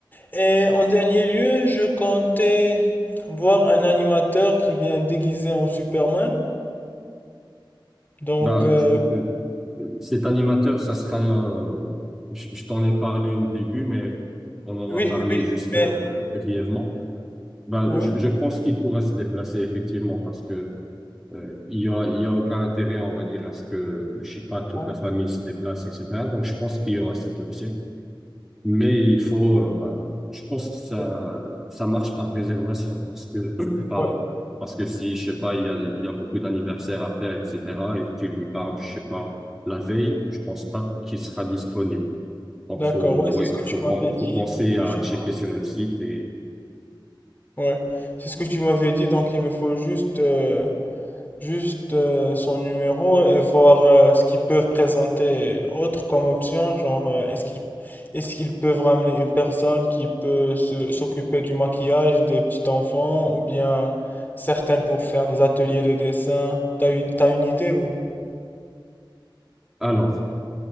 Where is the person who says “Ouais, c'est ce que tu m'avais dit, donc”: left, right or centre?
Left